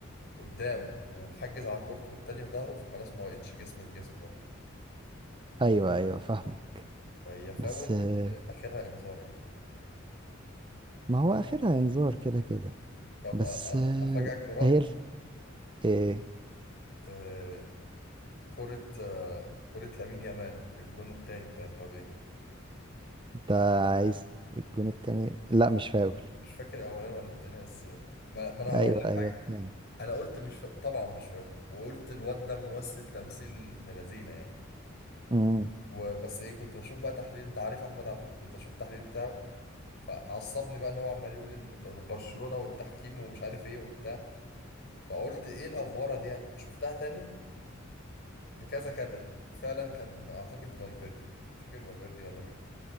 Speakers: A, on the left (about 55°); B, on the right (about 25°).
A: قدام ومحجز على كورته والتاني في ظهره فخلاص ما بقتش جسم في جسم بقى
B: <laughs> ايوه ايوه فاهمه
A: فهي فاول
B: بس آه،
A: بس اخرها انذار يعني
B: ما هو اخرها انذار كده كده
A: طب
B: بس
A: أ- أ-
B: آه،
A: افاجئك برأي
B: هي ال- ايه
A: آه كرة آه كرة لامين يامال الجون التاني بتاع امبابي
B: انت عايز الجون التاني لا مش فاول
A: مش فاكر الاولاني ولا التاني بس آه، ما, ما انا هقول
B: ايوه
A: لك
B: ايوه
A: حاجه
B: التاني
A: انا قلت مش فا... طبعا مش فاول وقلت الواد ده ممثل تمثيل ابن لذينه يعني
B: امم
A: وبس ايه كنت بشوف بقى تحليل انت عارف احمد عفيف كنت اشوف التحليل بتاعه فعصبني بقى ان هو عمال يقول ان برشلونة والتحكيم ومش عارف ايه وبتاع فقلت ايه الافوره دي يعني شفتها تاني بكذا كادر فعلا كان اعتقد فالفيردي مش فاكر فالفيردي ولا مين